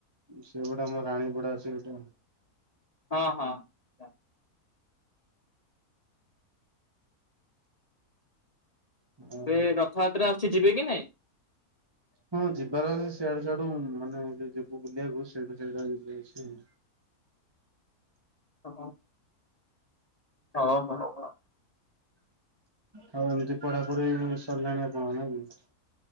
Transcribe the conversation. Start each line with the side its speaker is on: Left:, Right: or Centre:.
Right: ସେଗୁଡା ଆମର ରାଣୀପଡା ଅଛି ଗୋଟେ।
Left: ହଁ, ହଁ।
Right: ଓହୋ।
Left: ବେ ରଥଯାତ୍ରା ଆସୁଛି ଯିବି କି ନାଇଁ?
Right: ହଁ ଯିବାର ଅଛି ସିଆଡୁ, ସିଆଡୁ ମାନେ ଏବେ ଯିବୁ ବୁଲିବାକୁ ସେଇଠୁ ଯାଇକି ଧରିକି ପଳେଇ ଆସିବୁ।
Left: ହ, ହଁ ହୋଉ ଆଉ।
Right: ହଉ ଏମିତି ପଢାପଢି ସରିଲାଣି ଆପଣଙ୍କର ନାଇଁ କି